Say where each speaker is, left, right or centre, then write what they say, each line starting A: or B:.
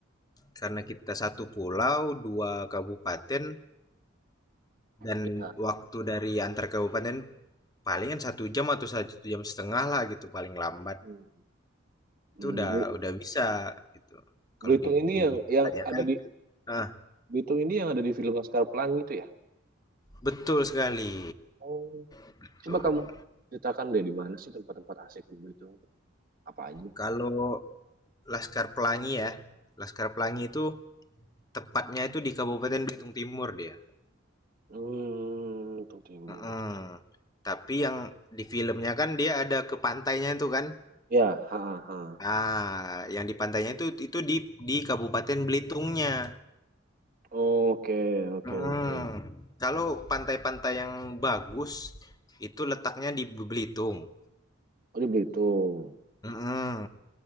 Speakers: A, on the left (about 20°); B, on the right (about 45°).
A: karena kita satu pulau, 2 kabupaten, dan
B: Ya.
A: waktu dari antar kabupaten palingan satu jam atau satu jam setengah lah gitu paling lambat,
B: Hmm.
A: itu
B: Hmm,
A: udah
B: Bel-
A: udah bisa gitu. Kalau
B: Belitung
A: di
B: ini
A: di
B: yang
A: Bangka
B: yang
A: ya
B: ada
A: kan
B: di
A: nah,
B: Belitung ini yang ada di film Laskar Pelangi itu ya?
A: betul sekali,
B: Oh,
A: betul.
B: coba kamu ceritakan deh di mana sih tempat-tempat asik di Belitung itu? Apa aja?
A: Kalau Laskar Pelangi ya, Laskar Pelangi itu tepatnya itu di Kabupaten Belitung Timur dia.
B: Hmm, Belitung Timur.
A: Mhm. Tapi yang di filmnya kan dia ada ke pantainya itu kan?
B: Ya, ha ha. ha.
A: Ah, yang di pantainya itu itu di di Kabupaten Belitungnya.
B: Oke, oke,
A: Mhm.
B: oke.
A: Kalau pantai-pantai yang bagus itu letaknya di Be- Belitung.
B: Oh, di Belitung.
A: Mhm.